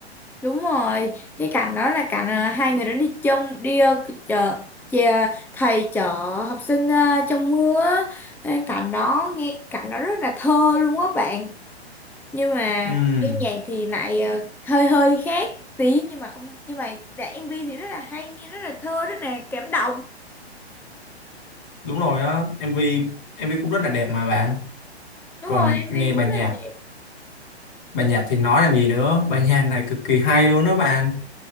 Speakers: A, in the centre; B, on the left (about 45°).
A: Đúng rồi, cái cảnh đó là cảnh ờ, hai người đó đi chung đi ờ, chợ chè- thầy chở học sinh ờ, trong mưa á. Cái cảnh đó nghe cảnh đó rất là thơ luôn á bạn nhưng mà
B: Ừm,
A: cái nhạc thì lại ờ, hơi hơi khác tí nhưng mà không nhưng mà dạ, MV thì rất là hay nghe rất là thơ rất là cảm động
B: đúng rồi á MV MV cũng rất là đẹp mà bạn
A: đúng
B: còn
A: rồi MV
B: nghe
A: cũng
B: bài
A: rất
B: nhạc
A: là đẹp
B: bài nhạc thì nói làm gì nữa bài nhạc này cực kỳ hay luôn đó bạn